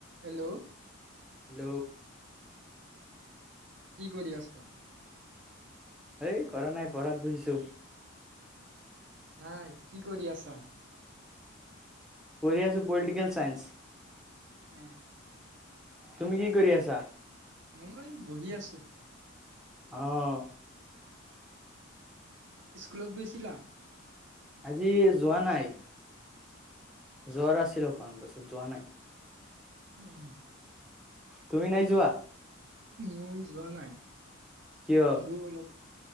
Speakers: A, on the right; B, in the centre.
A: Hello
B: ল
A: কি কৰি আছা
B: এ কৰা নাই পঢ়াত বহিছো
A: নাই কি কৰি আছা
B: কৰিৰি আাছো পলিটিকেল চাইন্স
A: উম
B: তুমি কি কৰি আছা
A: মই বহি আছো
B: আহ
A: স্কুলত গৈছিলা
B: আজি যোৱা নাই য্বৰ আছিলো অকণ পাছত যোৱা নাই
A: উম
B: তুমি নাই যোৱা
A: মই যোৱা নাই
B: কিয়
A: ম